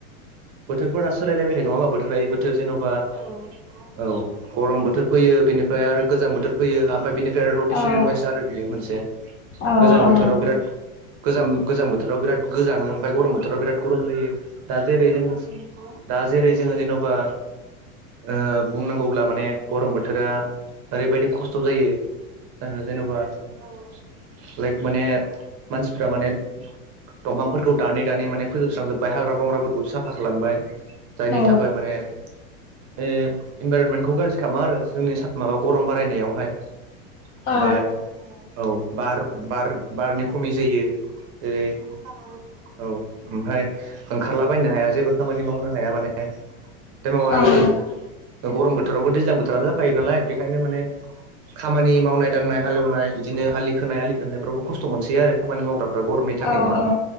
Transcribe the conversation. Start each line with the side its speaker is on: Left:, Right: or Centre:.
Right: बोथोरफोरा सोलायलायबाय थायो नङाहोमबा बोथोलायै बोथोर थोर जेन'बा औ नोंथां औ गरम बोथोर फैयो बेनिफ्राय आरो गोजां बोथोर फैयो आमफाय बिनि टार रटेसन
Left: औ
Right: वाइस आरो बियो मोनसे
Left: औ
Right: गोजां
Left: औ
Right: बोथोराव बिराद गोम गोजां बोथोराव बिराद गोजाङो ओमफाय गरम बोथोराव बिराद गरम जायो। दा जेरै जों औ नंगौ दा जेरै जोङो जेन'बा ओ बुंनांगौब्ला माने गरम बोथोरा ओरैबायदि खस्थ' जायो ओ जेन'बा औ लाइक माने मानसिफ्रा माने दंफांफोर फोजोबस्रांजोबबाय हाग्रा बंग्राफोरखौ साफा खालामबाय जायनि
Left: औ
Right: थाखाय माने ने इनभाइरनमेन्टखौ गाज्रि खामो आरो जोंनि माबा गरम बारायनायावहाय ओमफाय
Left: औ
Right: औ औ बार बार बारनि खमि जायो जेरै औ ओमफाय ओंखारला बायनो हाया जेबो खामानि मावनो हाया माने टाइमाव आरो
Left: औ
Right: गो गरम बोथोरावबो दैज्लां बोथोरानो जाफायो नालाय ओंखायनो माने खामानि मावनाय दांनाय हालेवनाय इदिनो आलि खोनाय आलि खोननायफ्राबो खस्थ' मोनसैयो आरो खामानि मावग्राफ्रा गरमनि थाखैनो
Left: औ औ